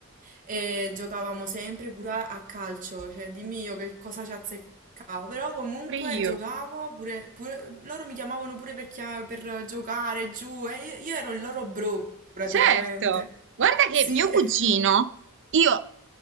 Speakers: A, on the right; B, on the right.
A: E giocavamo sempre pure a calcio, cioè dimmi io che cosa ci azzeccavo, però comunque
B: Pure io.
A: giocavo pure, pure- loro mi chiamavano pure per, chia- per giocare giù e io, io ero il loro bro praticamente.
B: Certo, guarda
A: Sì,
B: che mio cugino,
A: <laughs>
B: io,